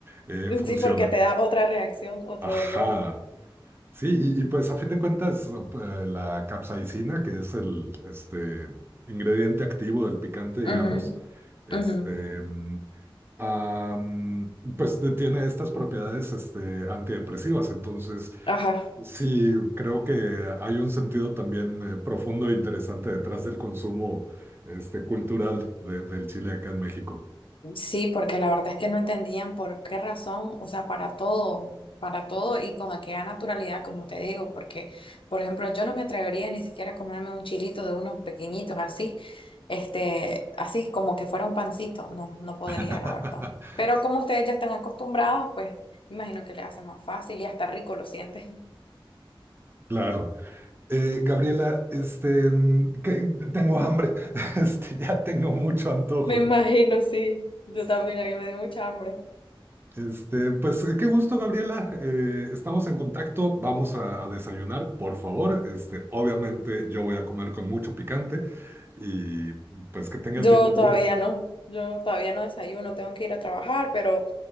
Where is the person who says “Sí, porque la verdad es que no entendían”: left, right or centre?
Left